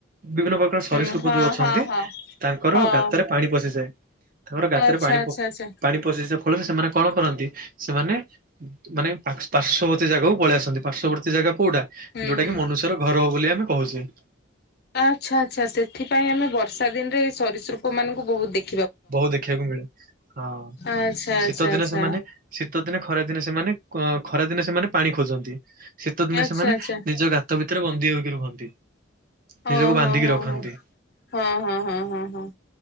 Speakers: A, on the right; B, on the left.
A: ବିଭିନ୍ନ ପ୍ର ର
B: ହୁଁ
A: ସରୀସୃପ
B: ହଁ
A: ଯୋଉ ଅଛନ୍ତି
B: ହଁ ହଁ
A: ତାଙ୍କର
B: ହଉ
A: ଗାତରେ ପାଣି ପଶିଯାଏ। ତାଙ୍କର ଗାତରେ
B: ଆଚ୍ଛା
A: ପାଣି ପ
B: ଆଚ୍ଛା ଆଚ୍ଛା
A: ପାଣି ପଶି ଯିବା ଫଳରେ ସେମାନେ କଣ କରନ୍ତି ସେମାନେ। ଉଁ ମାନେ ପାଶ ପାର୍ଶ୍ୱବର୍ତ୍ତୀ ଜାଗାକୁ ପଳେଇଆସନ୍ତି। ପାର୍ଶ୍ୱବର୍ତ୍ତୀ ଜାଗା କୋଉଟା?
B: ହୁଁ
A: ଯୋଉଟା
B: ହୁଁ
A: କି ମନୁଷ୍ୟର ଘର ବୋଲି ଆମେ କହୁଛେ।
B: ଆଚ୍ଛା ଆଚ୍ଛା ସେଥିପାଇଁ ଆମେ ବର୍ଷା ଦିନରେ ଏଇ ସରିସୃପ ମାନଙ୍କୁ ବହୁ ଦେ
A: ବହୁ ଦେଖିବାକୁ ମିଳେ ହଁ
B: ଆଚ୍ଛା
A: ଶୀତ
B: ଆଚ୍ଛା
A: ଦିନେ
B: ଆଚ୍ଛା
A: ସେମାନେ। ଶୀତ ଦିନେ ଖରାଦିନେ ସେମାନେ ଅଁ ଖରା ଦିନେ ସେମାନେ ପାଣି ଖୋଜନ୍ତି ଶୀତ ଦିନେ
B: ଆଚ୍ଛା
A: ସେମାନେ
B: ଆଚ୍ଛା
A: ନିଜ ଗା ତ ଭିତରେ ବନ୍ଦୀ ହୋଇକି ରୁହନ୍ତି।
B: ଓ
A: ନିଜକୁ ବାନ୍ଧିକି
B: ହୋ ହଁ
A: ରଖନ୍ତି।
B: ହଁ ହଁ ହଁ ହଁ ହଁ ହଁ।